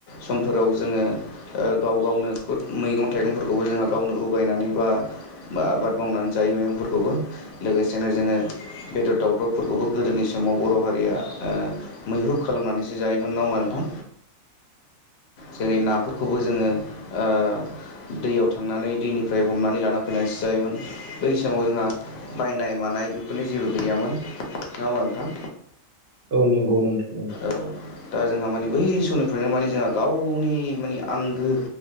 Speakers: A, on the left (about 60°); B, on the right (about 55°).
A: समफोराव जोङो गाव गावनो खुद मैगं थाइगंफोरखौबो जोंहा गावनो उगायनानै बा आबाद मावनानै जायो मैगं फोरखौबो लोगोसेनो जोङो बेदर दावदरफोरखौबो गोदोनि समाव बर' हारिया मैहुर खालामनानैसो जायोमोन नङा होमबा नोंथां
B: <inaudible>
A: जेरै नाफोरखौबो जोङो ओह दैयाव थांनानै दैनिफ्राय हमनानै लाना फैनानैसो जायोमोन बै समाव जोंहा बायनाय मानाय बेफोरनि जेबो गैयामोन नङा होमबा नोंथां
B: औ नंगौ नोंथां नंगौ
A: औ दा जोंहा मानि बै समनिफ्रायनो माने जोंहा गावनि मानि आंगो